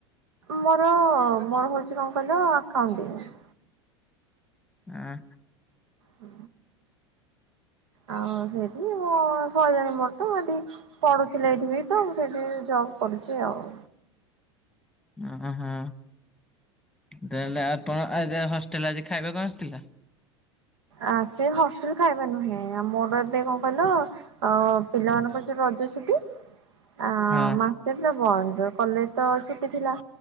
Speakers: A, on the right; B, in the centre.
A: ମୋର ମୋର ହଉଛି କଣ କହିଲ ଆକାଉଟିଙ୍ଗି।
B: ଆଁ।
A: ହୁଁ। ଆଉ ସେଇଠି ମୁଁ ଶହେ ଜଣ ମୋର ତ ଏମତି ପଢୁଥିଲେ ଏଇଠି ବି ତ ମୁଁ ସେଠି ଜବ୍ କରୁଛି ଆଉ।
B: ଅଁ ହଁ ତାହେଲେ ଆ ପଣ ଆଗା ହଷ୍ଟେଲ ଆଜି ଖାଇବା କଣ ଆସିଥିଲା?
A: ଆ ସେ ହଷ୍ଟେଲ ଖାଇବା ନୁହେଁ ମୋର ଏବେ କଣ କହିଲ ଅ ପିଲାମାନଙ୍କର ଯୋଉ ରଜ ଛୁଟି ଆ
B: ହଁ
A: ମା ସେ ପୁରା ବନ୍ଦ କଲେଜ ତ ଛୁଟି ଥିଲା।